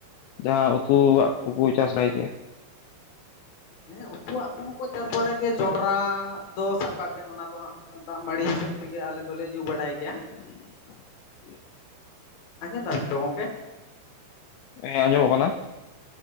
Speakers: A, on the left (about 90°); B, on the left (about 60°).
A: ᱡᱟᱦᱟᱸ ᱩᱛᱷᱩᱣᱟᱜ ᱠᱚᱠᱚ ᱪᱟᱥ ᱵᱟᱲᱟᱭ ᱜᱮᱭᱟ᱾
B: ᱦᱮᱸ ᱩᱛᱩᱣᱟᱜ ᱠᱚᱦᱚᱸ ᱠᱚ ᱪᱟᱥ ᱵᱟᱲᱟᱭ ᱜᱮᱭᱟ ᱡᱚᱸᱰᱨᱟ ᱫᱚ ᱥᱟᱵ ᱠᱟᱜ ᱵᱮᱱ ᱚᱱᱟ ᱫᱚ ᱦᱟᱸᱜᱼᱼ ᱫᱟᱜ ᱢᱟᱹᱲᱤ ᱦᱤᱥᱟᱹᱵ ᱛᱮᱜᱮ ᱟᱞᱮ ᱫᱚᱞᱮ ᱧᱩ ᱵᱟᱲᱟᱭ ᱜᱮᱭᱟ᱾
A: <inaudible>
B: ᱟᱸᱡᱚᱢ ᱫᱟᱵᱮᱱ ᱛᱚ ᱜᱚᱝᱠᱮ?
A: ᱦᱮᱸ ᱟᱸᱡᱚᱢᱚᱜ ᱠᱟᱱᱟ᱾